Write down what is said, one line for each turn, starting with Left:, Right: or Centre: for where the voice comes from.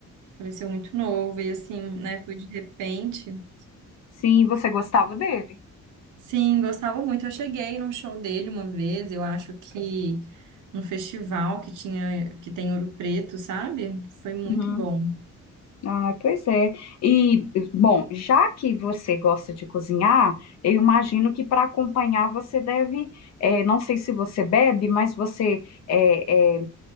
Right: faleceu muito novo e assim, né, foi de repente.
Left: Sim, você gostava dele?
Right: Sim, gostava muito. Eu cheguei num show dele uma vez, eu acho que num festival que tinha, que tem Ouro Preto, sabe? Foi muito
Left: Uhum.
Right: bom.
Left: Ah, pois é. E, bom, já que você gosta de cozinhar, eu imagino que para acompanhar você deve, eh, não sei se você bebe, mas você é, é,